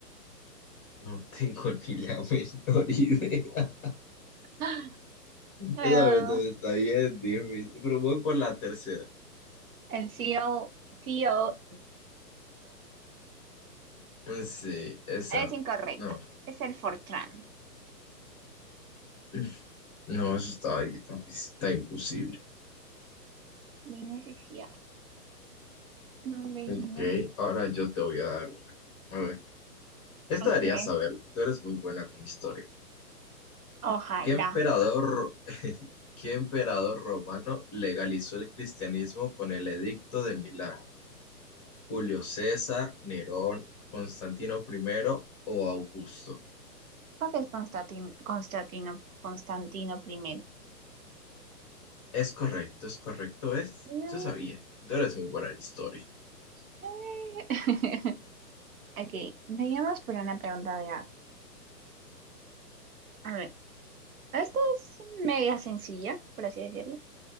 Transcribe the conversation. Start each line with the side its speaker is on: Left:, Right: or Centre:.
Left: No tengo <laughs> ni la menor idea. <laughs>
Right: <gasps> Ah,
Left: Esa pregunta está bien difícil, pero voy por la tercera.
Right: el CO COBOL
Left: Sí, esa.
Right: es incorrecto,
Left: No,
Right: es el Fortran.
Left: <clears throat> no, eso está, ahí, está imposible.
Right: Ven, ese sí No, Virginia.
Left: Ok, ahora yo te voy a dar una. A ver, esta
Right: Okay.
Left: deberías saberlo. Tú eres muy buena con historia.
Right: Ojalá.
Left: ¿Qué emperador, ro- <laughs> qué emperador romano legalizó el cristianismo con el Edicto de Milán? ¿Julio César, Nerón, Constantino I o Augusto?
Right: Creo que es Constantino, Constantino, Constantino primero.
Left: Es correcto, es correcto, es.
Right: No
Left: Yo sabía, tú eres muy buena en historia.
Right: sé. <laughs> Okay. Vayamos por una pregunta de arte. A ver, esta es media sencilla, por así decirlo.